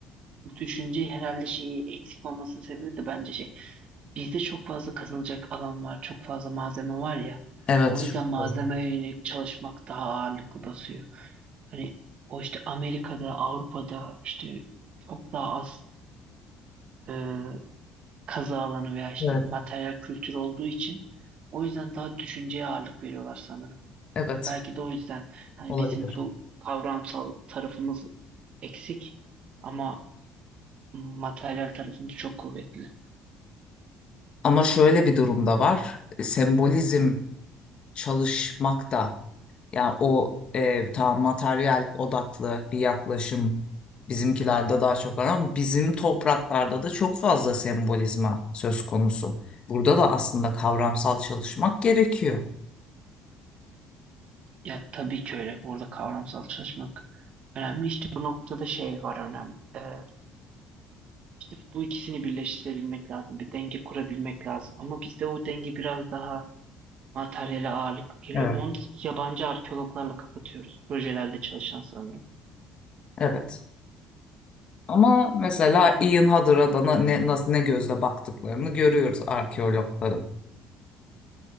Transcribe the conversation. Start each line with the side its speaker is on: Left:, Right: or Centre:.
Right: Bu düşünce herhalde şeyi eksik olmasının sebebi de bence şey. Bizde çok fazla kazılacak alan var. Çok fazla malzeme var ya.
Left: Evet.
Right: O yüzden
Left: Çok
Right: malzemeye
Left: fazla.
Right: yönelik çalışmak daha ağırlıklı basıyor. Hani o işte Amerika'da, Avrupa'da işte çok daha az e, kazı alanı veya işte
Left: Evet.
Right: materyal kültürü olduğu için o yüzden daha düşünceye ağırlık veriyorlar sanırım.
Left: Evet.
Right: Belki de o yüzden hani
Left: Olabilir.
Right: bizim bu kavramsal tarafımız eksik ama materyal tarafımız çok kuvvetli.
Left: Ama şöyle bir durum da var. E, Sembolizm çalışmakta. Yani o e, tamam materyal odaklı bir yaklaşım bizimkilerde daha çok var ama bizim topraklarda da çok fazla sembolizma söz konusu. Burada da aslında kavramsal çalışmak gerekiyor.
Right: Ya tabii ki öyle. Orada kavramsal çalışmak önemli. İşte bu noktada şey var önemli. Ee, işte bu ikisini birleştirebilmek lazım. Bir denge kurabilmek lazım. Ama bizde o denge biraz daha materyale ağırlık geliyor.
Left: Evet.
Right: Onu da yabancı arkeologlarla kapatıyoruz. Projelerde çalışan sanırım.
Left: Evet. Ama mesela Ian Hadder'a da na- ne, nasıl, ne gözle baktıklarını görüyoruz arkeologların.